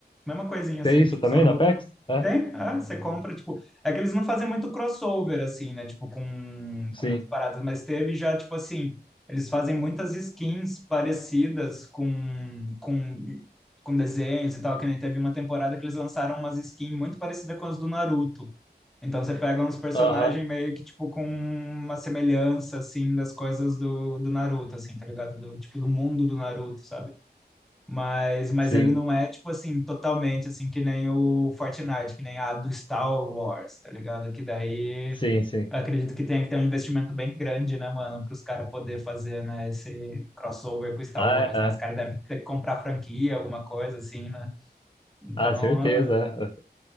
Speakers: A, in the centre; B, on the left (about 30°).
A: Mesma coisinha
B: Tem
A: assim,
B: isso
A: tipo,
B: também
A: só muda.
B: na Apex, É,
A: Tem, ah, você compra, tipo. É que eles não fazem muito crossover, assim, né? Tipo, com,
B: sim.
A: com umas paradas, mas teve já, tipo assim, eles fazem muitas skins parecidas com, com, com desenhos e tal, que nem teve uma temporada que eles lançaram umas skins muito parecidas com as do Naruto. Então você pega uns personagens
B: Aham,
A: meio que, tipo, com uma semelhança, assim, das coisas do, do Naruto, assim, tá ligado? Do, tipo, do mundo do Naruto, sabe? Mas, mas
B: sim,
A: ele não é, tipo assim, totalmente assim, que nem o Fortnite, que nem a do Star Wars, tá ligado? Que daí
B: sim, sim.
A: eu acredito que tem que ter um investimento bem grande, né, mano, para os caras poder fazer, né, esse crossover com Star
B: Ah,
A: Wars,
B: é.
A: né? Os caras devem ter que comprar franquia, alguma coisa assim, né? Então,
B: Ah, certeza. é.